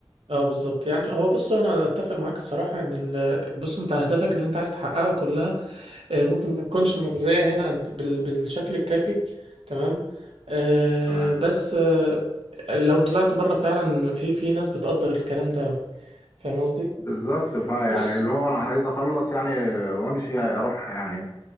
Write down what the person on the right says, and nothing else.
اه بالظبط يعني هو بص انا اتفق معاك الصراحه ان ال... بص انت اهدافك اللي انت عايز تحققها كلها آه، ممكن ما تكونش مجزية هنا بال- بالشكل الكافي تمام آه،
بس آه، لو طلعت بره فعلا في في ناس بتقدر الكلام ده أوي فاهم قصدي؟
بص